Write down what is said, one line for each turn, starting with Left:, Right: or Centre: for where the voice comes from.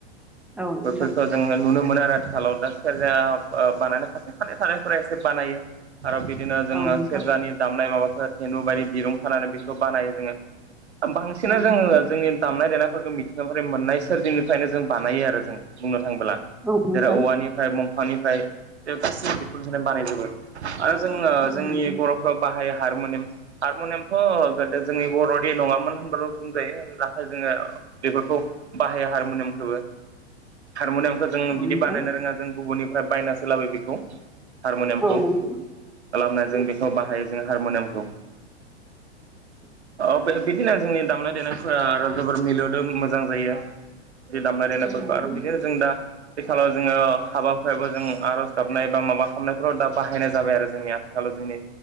Centre: औ नोंथां औ नोंथां
Right: बेफोरखौ जोङो नुनो मोनो आरो खालाव दा सेरजाया बानायनाय खासे खानै थानायफोरा एसे बानायो। आरो बिदिनो जोङो
Centre: औ
Right: सेरजानि दामनाय माबाफोर धेनु बायदि दिरुं खानानै बेखौ बानायो जोङो। बांसिना
Centre: नोंथां
Right: जोङो जोंनि दामनाय-देनाय फोरखो मिथिगानिफाय मोननाय सोरजिंनिफ्रायनो जों बानायो आरो जों बुंनो थाङोब्ला।
Centre: औ नोंथां
Right: जेराव औवानिफ्राय दंफांनिफ्राय बे गासैबो बेफोरमुवाखौ बाहायनाय जायोमोन। आरो जोङो
Centre: औ
Right: जोंनि
Centre: नोंथां
Right: बर'फ्राव बाहायो हारमुनियाम हारमनियामथ' गोदो जोंनि। बर'नि नङामोन होनबाबो बुंजायो नाथाय जोङो बेफोरखौ बाहायो हारमुनियामखोबो। हारमुनियामखौ जों
Centre: औ
Right: बिदि
Centre: नोंथां
Right: बानायनो रोङा जों गुबुननिफ्राय बायनासो लाबोयो बेखौ हारमनियामखौ।
Centre: औ
Right: खालामनाय
Centre: नोंथां औ नोंथां
Right: जों बेखौ बाहायो जों हारमुनियामखौ
Centre: <inaudible>
Right: औ बिदिनो जोंनि दामनाय देनायफोरा आरो जोबोर मिलौदो मोजां जायो। बे दामनाय देनायफोरखौ
Centre: औ नोंथां औ नोंथां
Right: आरो बिदिनो जों दा। आथिखालाव जोङो हाबा हुायाबो जों आर'ज गाबनाय बा माबा खालामनायफ्राव दा बाहायनाय जाबाय आरो जोंनि आथिखालाव। जोंनि